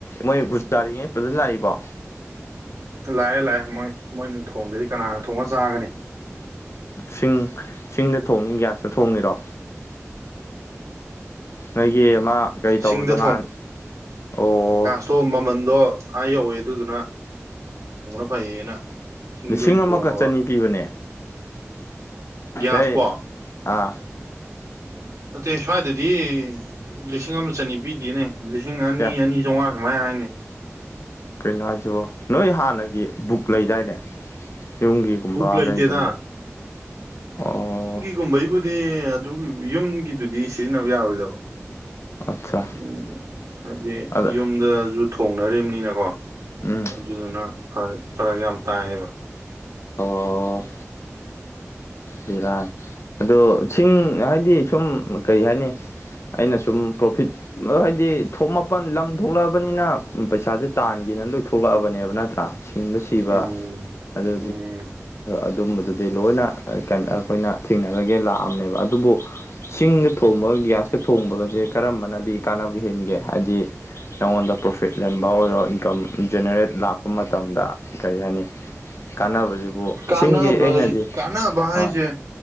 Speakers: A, on the left; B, on the right.
A: ꯃꯣꯏ ꯕꯨ ꯇꯥꯔꯤꯉꯩ ꯐꯖꯅ ꯂꯥꯛꯏꯕꯣ
B: ꯂꯥꯛꯑꯦ ꯂꯥꯛꯑꯦ ꯃꯣꯏ ꯃꯣꯏꯅ ꯊꯣꯡꯗꯗꯤ ꯀꯅꯥ ꯊꯣꯡꯉ ꯆꯥꯒꯅꯤ
A: ꯁꯤꯡ ꯁꯤꯡꯗ ꯊꯣꯡꯉꯤ ꯒ꯭ꯌꯥꯁꯇ ꯊꯣꯡꯉꯤꯔꯣ ꯅꯣꯏꯒꯤ ꯑꯃ ꯀꯩ ꯇꯧꯕꯗꯣ
B: ꯁꯤꯡꯗ
A: ꯅꯍꯥꯟ ꯑꯣ
B: ꯑꯣ ꯃꯃꯟꯗꯣ ꯑꯥ ꯌꯧꯋꯦ ꯑꯗꯨꯗꯨꯅ ꯅꯣꯡꯅ ꯐꯩꯌꯦꯅ ꯁꯤꯡꯗ
A: ꯂꯤꯁꯤꯡ
B: ꯑꯣꯏꯅ
A: ꯑꯃꯒ
B: ꯊꯣꯡꯉꯕ
A: ꯆꯅꯤ ꯄꯤꯕꯅꯦ
B: ꯒ꯭ꯌꯥꯁꯄꯣ
A: ꯁꯤꯩ ꯑꯥ
B: ꯅꯠꯇꯦ ꯁ꯭ꯋꯥꯏꯗꯗꯤ ꯂꯤꯁꯤꯡ ꯑꯃ ꯆꯅꯤ ꯄꯤꯗꯦꯅꯦ ꯂꯤꯁꯤꯡ ꯑꯅꯤ
A: ꯀꯌꯥ
B: ꯑꯅꯤ ꯆꯥꯝꯃꯉꯥ ꯑꯗꯨꯨꯃꯥꯏ ꯍꯥꯏꯅꯤ
A: ꯀꯩꯅꯣ ꯍꯥꯏꯁꯤꯕꯣ ꯅꯣꯏ ꯍꯥꯟꯅꯒꯤ ꯕꯨꯛ ꯂꯩꯗꯥꯏꯅꯦ ꯍꯨꯝꯒꯤꯒꯨꯝꯕꯒꯩꯒꯨꯝꯕ
B: ꯕꯨꯛ ꯂꯩꯇꯦꯗ
A: ꯑꯣ
B: ꯀꯨꯝꯕꯩꯕꯨꯗꯤ ꯑꯗꯨꯒꯤ ꯌꯨꯝꯒꯤꯗꯨꯗꯤ ꯁꯤꯖꯤꯟꯅꯕ ꯌꯥꯔꯣꯏꯗꯕ
A: ꯑꯠꯆꯥ
B: ꯎꯝ ꯍꯥꯏꯗꯤ
A: ꯑꯗ
B: ꯌꯨꯝꯗꯁꯨ ꯊꯣꯡꯅꯝꯅꯤꯅꯀꯣ
A: ꯎꯝ
B: ꯑꯗꯨꯗꯨꯅ ꯐꯔ ꯌꯥꯝ ꯇꯥꯏꯌꯦꯕ
A: ꯑꯣ ꯖꯤꯔꯥ ꯑꯗꯣ ꯁꯤꯡ ꯍꯥꯏꯗꯤ ꯁꯨꯝ ꯀꯩ ꯍꯥꯏꯅꯤ ꯑꯩꯅ ꯁꯨꯝ ꯄ꯭ꯔꯣꯐꯤꯠ ꯍꯥꯏꯕꯗꯤ ꯊꯣꯛꯃ ꯂꯝ ꯊꯣꯛꯂꯛꯑꯕꯅꯤꯅ ꯄꯩꯁꯥꯁꯦ ꯇꯥꯟꯒꯦꯅ ꯂꯣꯏ ꯊꯣꯛꯂꯛꯑꯕꯅꯦꯕ ꯅꯠꯇ꯭ꯔꯥ ꯁꯤꯡꯕ ꯁꯤꯕ
B: ꯎꯝ
A: ꯑꯗꯨ
B: ꯎꯝ
A: ꯑꯗꯨꯝꯕꯗꯨꯗꯤ ꯂꯣꯏꯅ ꯑꯩꯈꯣꯏꯅ ꯊꯦꯡꯅꯔꯒꯦ ꯂꯥꯛꯑꯝꯅꯦꯕ ꯑꯗꯨꯕꯨ ꯁꯤꯡꯗ ꯊꯣꯡꯕꯒ ꯒ꯭ꯌꯥꯁꯀ ꯊꯣꯡꯕꯒꯁꯦ ꯀꯔꯝꯕꯅꯗꯤ ꯀꯥꯟꯅꯕ ꯍꯦꯟꯒꯦ ꯍꯥꯏꯕꯗꯤ ꯑꯩꯉꯣꯟꯗ ꯄ꯭ꯔꯣꯐꯤꯠ ꯂꯕ ꯑꯣꯏꯔꯣ ꯏꯟꯀꯝ ꯖꯦꯅꯦꯔꯦꯠ ꯂꯥꯛꯄ ꯃꯇꯝꯗ ꯀꯔꯤ ꯍꯥꯏꯅꯤ ꯀꯥꯟꯅꯕꯁꯤꯕꯨ
B: ꯀꯥꯟꯅꯕ
A: ꯁꯤꯡꯗꯤ ꯑꯩꯅꯗꯤ
B: ꯀꯥꯟꯅꯕ ꯍꯥꯏꯁꯦ
A: ꯑꯥ